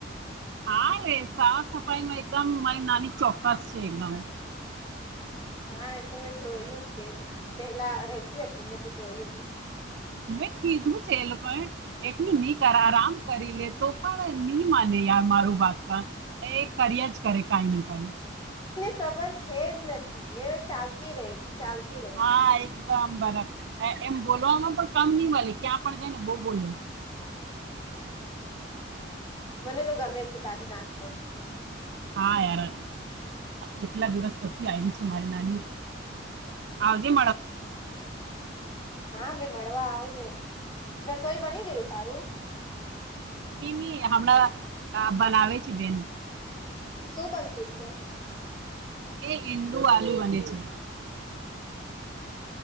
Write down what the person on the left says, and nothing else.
હા એ તો મેં જોયું છે પેલા રતી હતી ને તો જોયું છે
ખબર છે જ નથી એ ચાલતી રહે છે ચાલતી રહે
છે.
મને તો ગમે છે તારી નાની બઉ
હા મેં મળવા આવું ને રસોઈ બની ગયું તારું
શું બનતું છે